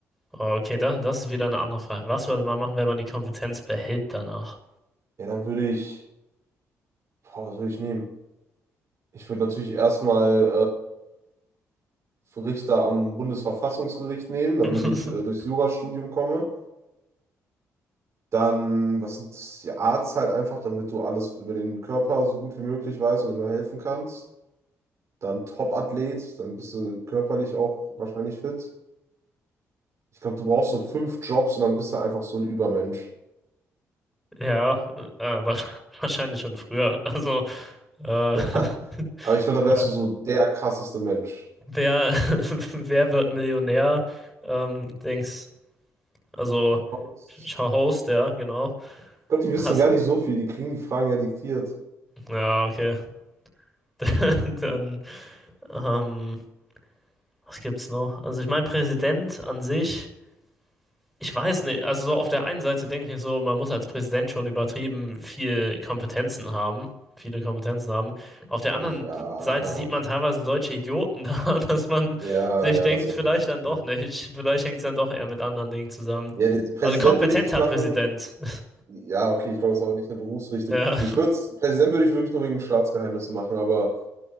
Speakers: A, in the centre; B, on the right.
A: Oh, Okay, das, das ist wieder eine andere Frage. Was würde man machen, wenn man die Kompetenz behält danach?
B: Ja, dann würde ich, boah, was würde ich nehmen? Ich würde natürlich erstmal äh, Richter am Bundesverfassungsgericht nehmen, damit
A: <laughs>
B: ich äh, durchs Jurastudium komme. Dann, was sind das, die Arzt halt einfach, damit du alles über den Körper so gut wie möglich weißt und immer helfen kannst. Dann Top-Athlet, dann bist du körperlich auch wahrscheinlich fit. Ich glaube, du brauchst so fünf Jobs und dann bist du einfach so ein Übermensch.
A: Ja, äh, wa- wahrscheinlich schon früher. Also, äh,
B: <laughs>
A: <laughs>
B: Ja, aber ich glaube, dann
A: äh,
B: wärst du so der krasseste Mensch.
A: wer, <laughs> wer wird Millionär? Ähm, Dings, also
B: Sonst-
A: Sch- Host, ja, genau.
B: Ich glaube, die wissen
A: Hast,
B: gar nicht so viel, die kriegen die Fragen ja diktiert.
A: ja, okay. <laughs> Dann, ähm, Was gibt's noch? Also ich meine, Präsident an sich, ich weiß nicht, also so auf der einen Seite denke ich so, man muss als Präsident schon übertrieben viel Kompetenzen haben, viele Kompetenzen haben. Auf der anderen
B: Ja.
A: Seite sieht man teilweise solche Idioten da, <laughs> dass man
B: Ja,
A: sich
B: ja,
A: denkt,
B: das wäre
A: vielleicht
B: nämlich der
A: dann
B: Punkt.
A: doch nicht, vielleicht hängt es dann doch eher mit anderen Dingen zusammen.
B: Ja, den den Präsident
A: Also kompetenter
B: würde ich nicht machen.
A: Präsident. <laughs>
B: Ja, okay, ich glaube, das ist aber nicht eine Berufsrichtung.
A: Ja,
B: Ich würde, Präsident würde ich wirklich nur wegen Staatsgeheimnissen machen, aber